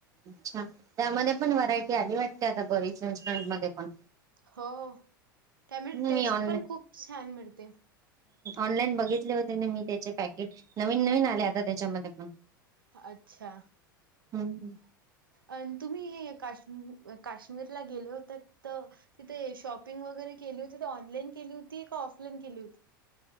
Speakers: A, on the right; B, on the right.
A: अच्छा त्यामध्ये पण व्हरायटी आली वाटते आता बरीच रेस्टॉरंट मध्ये पण.
B: हो त्यामुळे टेस्ट
A: मी ऑनलाईन
B: पण खूप छान मिळते.
A: ऑनलाईन बघितले होते ना मी त्याचे पॅकेट नवीन नवीन आले आता त्याच्यामध्ये पण.
B: अच्छा,?
A: हम्म हम्?
B: अ तुम्ही हे काश्मी काश्मीरला गेले होतात. तर तिथे शॉपिंग वगैरे केली होती ते ऑनलाईन केली होती का ऑफलाईन केली होती